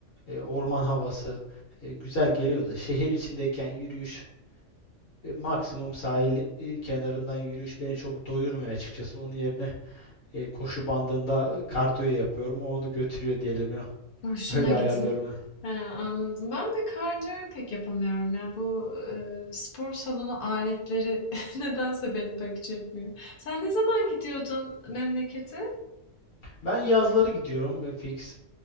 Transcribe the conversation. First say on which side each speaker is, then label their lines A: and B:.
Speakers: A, on the left; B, on the left.
A: e, orman havası e, güzel geliyor da. Şehir içindeyken yürüyüş e, maksimum sahil e, kenarından yürüyüş beni çok doyurmuyor açıkçası. Onun yerine e, koşu bandında kardiyo yapıyorum. O onu götürüyor diyelim ya. <laughs>
B: Hoşuna
A: Öyle
B: gitmi.
A: ayarlıyorum ya.
B: He, anladım. Ben de kardiyoyu pek yapamıyorum ya. Bu e, spor salonu aletleri <laughs> nedense beni pek çekmiyor. Sen ne zaman gidiyordun memlekete?
A: Ben yazları gidiyorum e, fix.